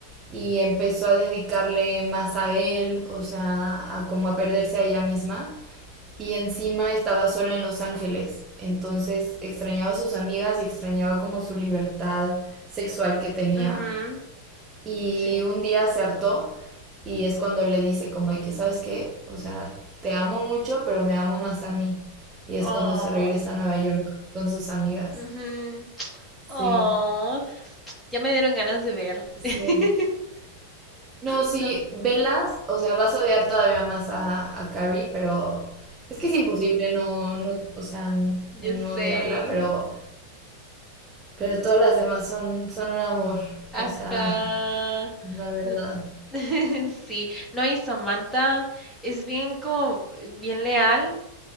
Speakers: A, on the right; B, in the centre.
A: Y empezó a dedicarle más a él, o sea, a como a perderse a ella misma y encima estaba sola en Los Ángeles. Entonces extrañaba a sus amigas y extrañaba como su libertad sexual que tenía.
B: mhm,
A: Y
B: sí.
A: un día se hartó y es cuando le dice como de que, ¿sabes qué? O sea, te amo mucho, pero me amo más a mí. Y es
B: Oh.
A: cuando se regresa a Nueva York con sus amigas.
B: Ujú.
A: Sí,
B: Oh, ya me dieron ganas de ver.
A: sí.
B: <laughs>
A: No, sí,
B: No,
A: velas, o sea, vas a odiar todavía más a, a Carrie, pero es que es imposible no, no, o sea, n- no
B: yo sé.
A: odiarla, pero Pero todas las demás son, son un amor,
B: Ajá.
A: o sea, la verdad.
B: No- <laughs> Sí, no, y Samantha es bien como, bien leal